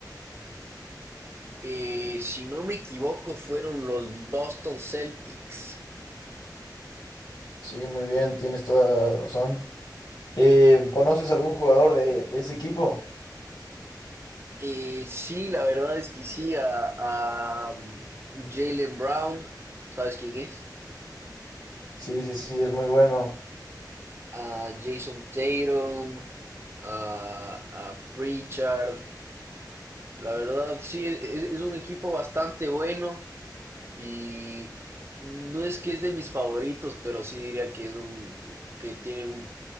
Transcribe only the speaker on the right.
Eh, si no me equivoco, fueron los Boston Celtics.
Eh, sí, la verdad es que sí, a, a, um, Jalen Brown, ¿sabes quién es?
A Jason Tatum, a, a Pritchard. La verdad, sí, es, es un equipo bastante bueno y no es que es de mis favoritos, pero sí diría que es un que tiene un,